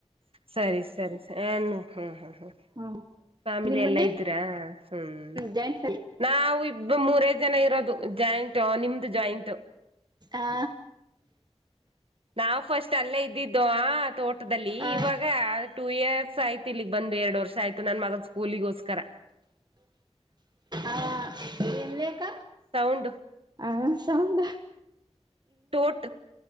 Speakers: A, on the right; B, on the right.
A: ಸರಿ ಸರಿರಿ ಏನ್ನು ಹ್ಮ್ ಹ್ಮ್ ಹ್ಮ್
B: ಹ್ಮ
A: ಫ್ಯಾಮಿಲಿ
B: ನಿಮ್ಮನೆ
A: ಎಲ್ಲಾ ಇದೀರಾ ಹ್ಮ್
B: ಜಾಯಿಂಟ್ ಫ್ಯಾಮಿಲಿ
A: ನಾವು ಇಬ್ಬ ಮೂರ ಜನ ಇರೋದು ಜಾಯಿಂಟ್ ನಿಮ್ದು ಜಾಯಿಂಟ್
B: ಆ
A: ನಾವವು ಫಸ್ಟ್ ಅಲ್ಲೇ ಇದ್ದ ಇ ತೋಟದಲ್ಲಿ
B: ಆ
A: ಇವಾಗ ಟೂ ಇಯರ್ಸ್ ಆಯ್ತು ಇಲಿಗ್ ಬಂದು ಎರಡ್ಡು ವರ್ಷ ಆಯ್ತು ನನ್ ಮಗದ ಸ್ಕೂಲಿಗೋಸ್ಕರ
B: ಅ ಏನ್ಲಕ
A: ಸೌಂಡ
B: ಹ್ಮ್ ಸೌಂಡ
A: ೋಟ್